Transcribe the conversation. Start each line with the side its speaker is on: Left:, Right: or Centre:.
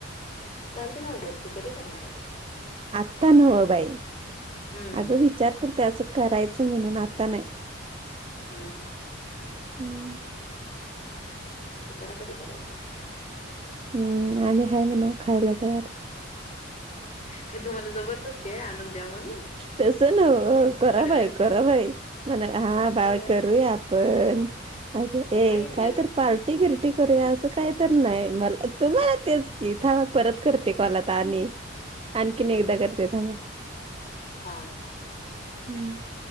Left: साडेतीन वाजल्यात की, कधी करणारे आ ते.
Right: आता नवं बाई,
Left: हम्म
Right: अगं विचार करते असं करायचं म्हणून. आता नाय.
Left: हम्म हम्म.
Right: हम्म.
Left: मग ते करा कधी करायचंय.
Right: हम्म, आम्ही हाय म्हणाव खायला तयार.
Left: काय तुम्हाला जबरदस्तीये, आणून द्या म्हणून.
Right: तस नव्ह, करा
Left: कडव्यान
Right: बाई करा बाई. म्हणा हा
Left: होय
Right: बाई करूया आपण. असं
Left: मला
Right: ए
Left: नाही इंटरेस्ट
Right: काय तर पार्टी बिरटी करूया. असं काय तर नाय मला, तुम्हाला
Left: हा
Right: तेच. कि थांबा परत करते कॉल आता आणि आणखीन एकदा करते थांबा.
Left: हा
Right: <inaudible>